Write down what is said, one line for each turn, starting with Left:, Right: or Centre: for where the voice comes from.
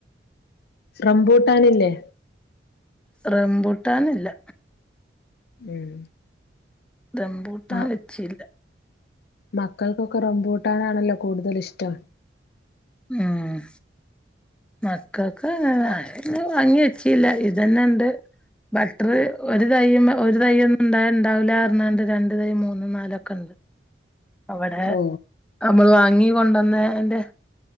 Left: റംമ്പൂട്ടാനില്ലേ
Centre: റംമ്പൂട്ടാനില്ല
Left: ഉം
Centre: ദംമ്പൂട്ടാൻ
Left: മ-
Centre: വെച്ചില്ല
Left: മക്കൾക്കൊക്കെ റംബുട്ടാനാണല്ലോ കൂടുതൽ ഇഷ്ടം
Centre: ആഹ് മക്കൾക്ക് ഭംഗി വെച്ചില്ല ഇതന്നെ ഇണ്ട് ബട്ടർ ഒരു തൈമേ ഒരു തൈ ഒന്നും ഇണ്ടായാ ഉണ്ടാവില്ല പറഞ്ഞുങ്ങാണ്ട് രണ്ട് തൈ മൂന്നും നാലൊക്കെ അവിടെ
Left: ഓ
Centre: നമ്മൾ വാങ്ങി കൊണ്ടുവന്നെന്റെ